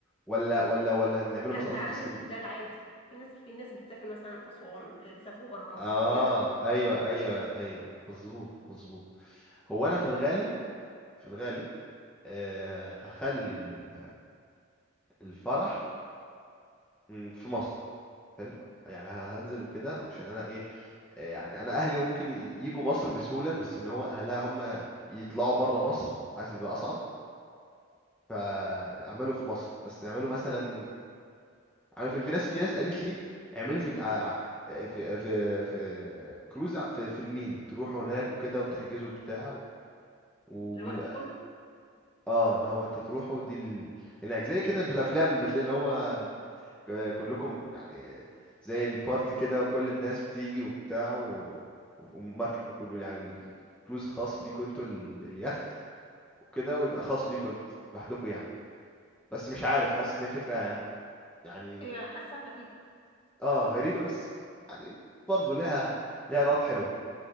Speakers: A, in the centre; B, on the left (about 30°).
A: ولا ولا ولا نعمله
B: لا
A: مثلا
B: ده
A: قصدك
B: عادي
A: في اسكندرية
B: ده العادي في ناس في ناس بتسافر مثلا أسوان آه، بيسافروا بره مصر
A: اه
B: كده
A: ايوه ايوه ايوه مظبوط مظبوط هو انا في الغالب في الغالب آه هخلي ال- الفرح مم، في مصر حلو يعني ه- هنزل وكده عشان انا ايه يعني انا اهلي ممكن ي- يجوا مصر بسهوله بس ان هو اهلها هم يطلعوا بره مصر حاسس يبقى اصعب فاعملوا في مصر بس اعملوا مثلا عارف إن في ناس في ناس قالت لي اعملوا في ع- ع- في في, في كروز ع- في, في النيل تروحوا هناك وكده وتحجزوا بتاع و- وبيبقى
B: الوقت كله
A: اه ان هو انت تروحوا دي ال... هناك زي كده في الافلام لما تلاقي ان هو آه، كلكم يعني زي البارتي كده وكل الناس بتيجي وبتاع و... ومك... وكل يعني الكروز خاص بيكوا انتوا ال... اليخت وكده ويبقى خاص بيكوا انتوا لوحدكم يعني بس مش عارف حاسس ان هي فكرة يعني
B: هي حاساها غريبة
A: اه غريبة بس يعني برضه لها لها نقط حلوة